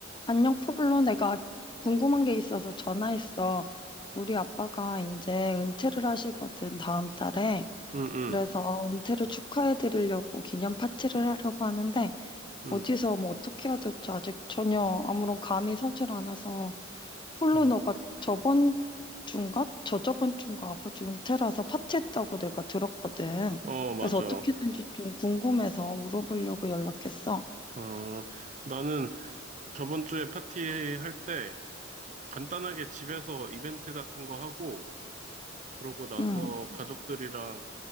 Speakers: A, on the left; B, on the right.
A: 안녕, 폴로. 내가 궁금한 게 있어서 전화했어. 우리 아빠가 이제 은퇴를 하시거든, 다음 달에.
B: 응, 응,
A: 그래서 은퇴를 축하해 드리려고 기념 파티를 하려고 하는데,
B: 응,
A: 어디서 뭐 어떻게 해야 될지 아직 전혀 아무런 감이 서질 않아서, 폴로
B: 응.
A: 너가 저번 주인가? 저저번 주인가 아버지 은퇴라서 파티했다고 내가 들었거든.
B: 어, 맞아.
A: 그래서 어떻게든지 좀 궁금해서 물어보려고 연락했어.
B: 어, 나는 저번 주에 파티 할 때 간단하게 집에서 이벤트 같은 거 하고, 그러고 나서
A: 응,
B: 가족들이랑